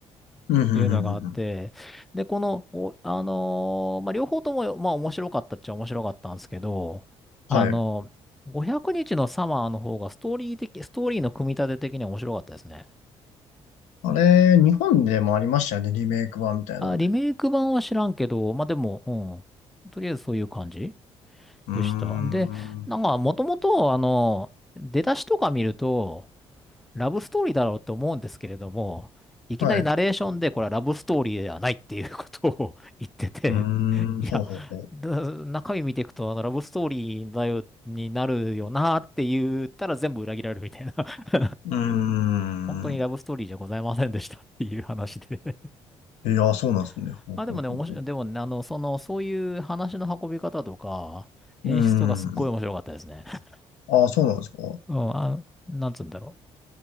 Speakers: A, on the left (about 85°); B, in the centre.
A: うん、うん、うん、
B: いうのがあって、
A: うん。うん
B: で、この、こうあのーまあ、両方とも、まあ、面白かったっちゃ面白かったんですけど、
A: はい。
B: あの500日のサマーの方がストーリー的、ストーリーの組み立て的には面白かったですね。
A: あれ、日本でもありましたよね、リメイク版みたいなので。
B: あ、リメイク版は知らんけど、まあ、でも、うん。とりあえずそういう感じ
A: うーん。
B: でした。で、なんか、もともと、あの、出だしとか見ると、ラブストーリーだろうって思うんですけれども、いきなりナレーションでこれはラブストーリーではないっていうことを
A: はい。う
B: <laughs> 言ってて、
A: ーん、
B: <laughs> いや、
A: ほうほうほう。
B: だ中身見ていくと、あの、ラブストーリーだよ、になるよなって言ったら全部裏切られるみたいな、<laughs>
A: うーん。
B: 本当にラブストーリーじゃございませんでしたっていう話で。
A: いや、そうなんですね。
B: <laughs>
A: ほうほうほうほう。
B: まあでもね、面白い、でもね、あの、その、そういう話の運び方とか、演出とかすっごい面白かったですね。
A: うーん。
B: <laughs>
A: ああ、そうなんですか。
B: うん、あ、なんつうんだろう。